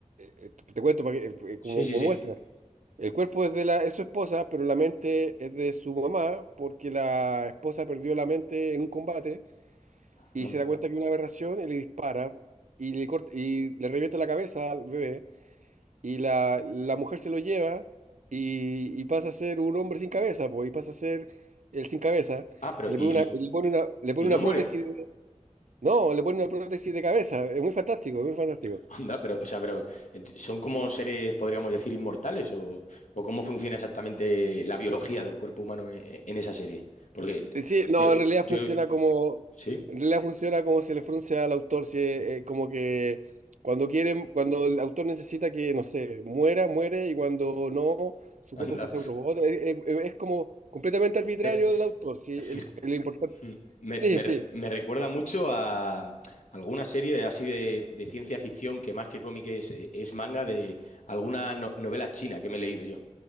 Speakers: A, on the right; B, on the left.
A: eh, te cuento para que, eh, eh,
B: Sí,
A: como,
B: sí,
A: como
B: sí.
A: muestra, el cuerpo es de la, es su esposa, pero la mente es de su mamá, porque la esposa perdió la mente en un combate y
B: Onda.
A: se da cuenta que es una aberración y le dispara y le corta, y le revienta la cabeza al bebé y la, la mujer se lo lleva y, y pasa a ser un hombre sin cabeza, pues, y pasa a ser el sin cabeza,
B: Ah, pero
A: y le
B: y,
A: pone una,
B: y-
A: y le pone una, le pone
B: y
A: una
B: no muere.
A: prótesis, de- no, le pone una prótesis de cabeza, es muy fantástico, es muy fantástico.
B: <laughs> Onda, pero, o sea, pero ent- son como seres, podríamos decir, inmortales o, o cómo funciona exactamente la biología del cuerpo humano en, en esa serie. Porque
A: Eh, Sí, no,
B: yo, yo,
A: en realidad
B: yo-
A: funciona como,
B: sí,
A: en realidad funciona como se le frunce al autor, si, eh, como que cuando quieren, cuando el autor necesita que, no sé, muera, muere, y cuando no, su
B: anda.
A: cuerpo pasa a un robot, es, es- es como completamente arbitrario
B: Eh,
A: del autor, sí, el,
B: Fij-
A: el importante.
B: Me,
A: Sí,
B: me re-
A: sí,
B: me recuerda mucho a alguna serie así de, de ciencia ficción que más que cómic es, es manga de alguna no- novela china que me he leído yo